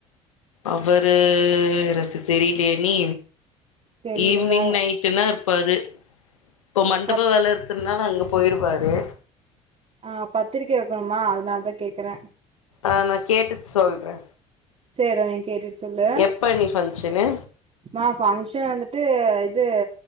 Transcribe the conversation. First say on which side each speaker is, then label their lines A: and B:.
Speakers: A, on the left (about 80°); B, on the right (about 40°).
A: அவரு எனக்கு தெரிலயே அண்ணி
B: தெரிலையா
A: ஈவ்னிங் நைட்டுனா இருப்பாரு இப்ப மண்டப
B: பத்
A: வே இருக்கறனால அங்கப் போயிருவாரு
B: ஆ பத்திரிக்க வக்கணுமா அதுனால தா கேக்குறே
A: ஆ நா கேட்டுட் சொல்றே
B: சேர்டா நீ கேட்டுட்டு சொல்லு
A: எப்ப அண்ணி ஃபங்க்ஷனு
B: மா ஃபங்ஷன் வந்துட்டு இது